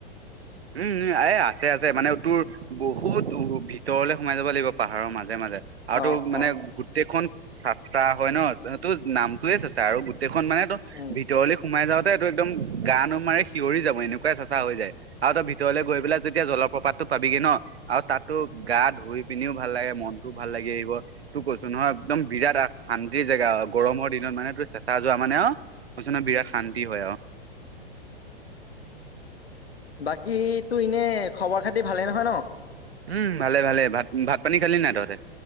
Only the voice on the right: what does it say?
উম উ এ আছে আছে মানে তোৰ বহুত উ তৰলে সোমাই যাব লাগিব পাহাৰৰ মাজে মাজে আৰু
তো মানে
গোটেইখন চাচা হয় ন তোৰ নাম তয়ে চাছা আৰু গোটেইখন মানে তটো
ভিতৰলৈ সোমাই যাওঁতে এইটো একদম গা নোম মা কিঞৰি যাব এনেকুৱাই চেচা হৈ যায়। আৰু তই ভিতৰলে গৈ পেলাই যেতিয়া জলপ্ৰপাতো পাবিগি ন আৰু তাততো গা ধুই পিনিও ভাল লাগে মন ভাল লাগি আহিব তোক কৈছো নহয় একদম বিৰাট শান্তিৰ জেগা গৰমৰ দিনত মানে তোৰ চেচা যোৱা মানে আৰু বিৰাট শান্তি হয় আৰু।
উম ভালে ভালে ভাত ভাত পানী খালি ন তহঁতে।